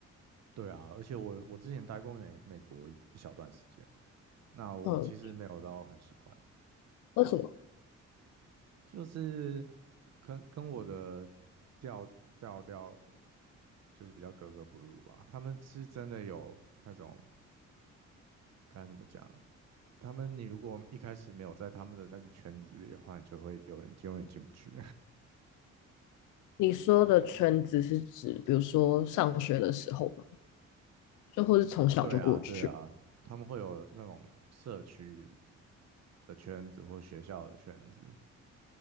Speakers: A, on the right; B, on the left.
A: 对啊，而且我我之前待过美美国一一小段时间，那我其实没有到很喜欢，
B: 嗯，为什么？
A: 就是跟跟我的调调调就是比较格格不入吧。他们是真的有那种该怎么讲，他们你如果一开始没有在他们的那个圈子里的话，你就会有人永远进不去。
B: 你说的圈子是指，比如说上学的时候嘛，就或是从小就过去。
A: <laughs> 对啊，对啊，他们会有那种社区，的圈子或学校的圈子，